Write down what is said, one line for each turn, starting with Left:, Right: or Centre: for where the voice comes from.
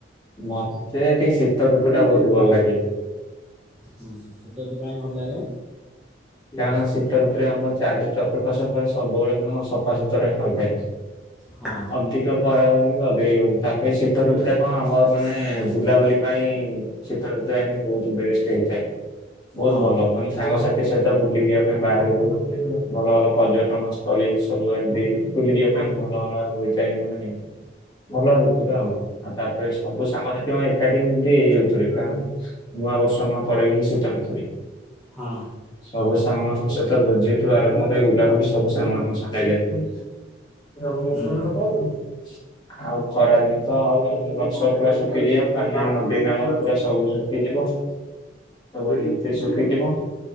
Left: <unintelligible> ମତେ ହେଟି ଶୀତ ଋତୁ ଟା ବୋହୁତ ଭଲ ଲାଗେ।
Centre: ହୁଁ ଶୀତ ଋତୁ କାହିଁକି ଭଲ ଲାଗେ?
Left: କାରଣ ଶୀତ ଋତୁରେ ଆମ ଚାରି ଚତୁରର୍ପାଶ୍ୟ ପୁରା ସବୁବୋଳେ ମାନେ କଣ ସଫାସୁତୁରା ହିଁ ହୋଇଥାଏ।
Centre: ହଁ
Left: ଅଧିକ ପରାଉ ଅଧିକ ଇଏ ହୋଉନି ତାପରେ ଶୀତ ଋତୁଟା କଣ ଆମର ମାନେ ବୁଲାବୁଲି ପାଇଁ ଶୀତ ଋତୁ ଯ ବୋହୁତ ବେଷ୍ଟ୍ ହେଇଥାଏ ବହୁତ
Centre: ହଁ
Left: ଭଲ ମାନେ ସାଙ୍ଗସାଥି ସହିତ ତ ବୁଲି ଯିବା ପାଇଁ ବାହାରୁକୁ ଭଲ ଭଲ ପର୍ଯ୍ୟଟନ ସ୍ଥଳୀ ସବୁ ଆଦି ବୁଲି ଯିବା ପାଇଁ ଭଲ ଭଲ ହୋଇଥାଏ ମାନେ ଭଲ ଋତୁଟା ଆଉ ଆଉ ତାପରେ ସବୁ ସାଙ୍ଗସାଥି ମା ଏକାଠି। <unintelligible> ନୂଆ ବର୍ଷ ମା ପଡେ ଏହି ଶୀତ ଋତୁ ରେ।
Centre: ହଁ।
Left: ସବୁ ସାଙ୍ଗମାନଙ୍କ ସହିତ ଭୋଜିଠୁ ଆରମ୍ଭ କରି ବୁଲାବୁଲି ସବୁ ସାଙ୍ଗମାନଙ୍କ ସାଙ୍ଗେରେ। <unintelligible>
Centre: ହୁଁ।
Left: ଆଉ ଖରା ଦିନେ ତ ଆଉ ଗଛ ପୁରା ଶୁଖିଯିବ ପାନୀୟ ନଦୀ ନାଳ ପୁରା ସବୁ ଶୁଖିଯିବ। ସବୁ ଏମିତି ସୁଖୀ ଯିବ।